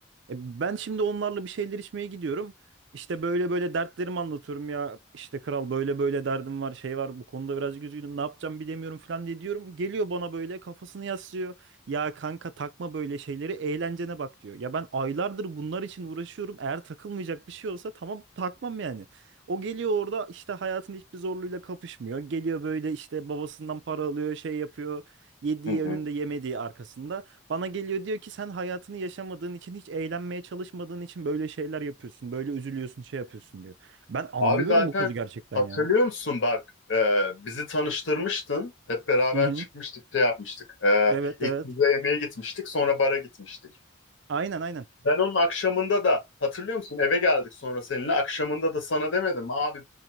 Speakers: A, on the right; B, on the left.
A: E, ben şimdi onlarla bir şeyler içmeye gidiyorum. İşte böyle böyle dertlerimi anlatıyorum ya. İşte kral böyle böyle derdim var, şey var. Bu konuda biraz üzgünüm. Ne yapacağım bilemiyorum falan diye diyorum. Geliyor bana böyle kafasını yaslıyor. Ya kanka takma böyle şeyleri, eğlencene bak diyor. Ya ben aylardır bunlar için uğraşıyorum. Eğer takılmayacak bir şey olsa tamam takmam yani. O geliyor orada işte hayatın hiçbir zorluğuyla kapışmıyor. Geliyor böyle işte babasından para alıyor, şey yapıyor. Yediği
B: Hı hı.
A: önünde, yemediği arkasında. Bana geliyor diyor ki sen hayatını yaşamadığın için hiç eğlenmeye çalışmadığın için böyle şeyler yapıyorsun. Böyle üzülüyorsun şey yapıyorsun diyor. Ben anlamıyorum
B: Abi zaten
A: bu kızı gerçekten
B: hatırlıyor
A: ya.
B: musun bak e, bizi tanıştırmıştın. Hep beraber
A: Hı hı.
B: çıkmıştık şey yapmıştık. E,
A: Evet
B: ilk
A: evet.
B: bize yemeğe gitmiştik sonra bara gitmiştik.
A: Aynen aynen.
B: Ben onun akşamında da hatırlıyor musun eve geldik sonra seninle akşamında da sana demedim. mi? Abi